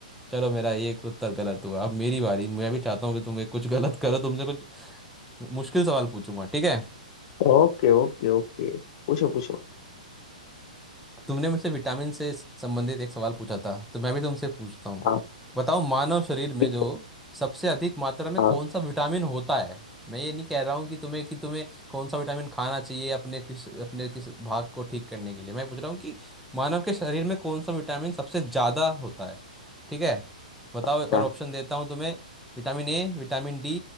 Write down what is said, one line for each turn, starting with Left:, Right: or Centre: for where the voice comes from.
Centre: चलो मेरा ये एक उत्तर गलत हुआ अब मेरी बारी मैं भी चाहता हूँ कि तुम एक कुछ गलत करो तुमसे कुछ मुश्किल सवाल पूछूंगा ठीक है
Left: था ओके ओके ओके पूछो पूछो
Centre: तुमने मुझसे विटामिन से संबंधित एक सवाल पूछा था तो मैं भी तुमसे पूछता हूँ
Left: हाँ
Centre: बताओ मानव शरीर में
Left: ठीक
Centre: जो सबसे अधिक मात्रा
Left: है,
Centre: में कौन
Left: हाँ
Centre: सा विटामिन होता है मैं ये नहीं कह रहा हूँ कि तुम्हें कि तुम्हें कौन सा विटामिन खाना चाहिए अपने किस अपने किस भाग को ठीक करने के लिए मैं पूछ रहा हूँ कि मानव के शरीर में कौन सा विटामिन सबसे ज़्यादा होता है ठीक है बताओ
Left: अच्छा
Centre: और ऑप्शन देता हूँ तुम्हें विटामिन ए विटामिन डी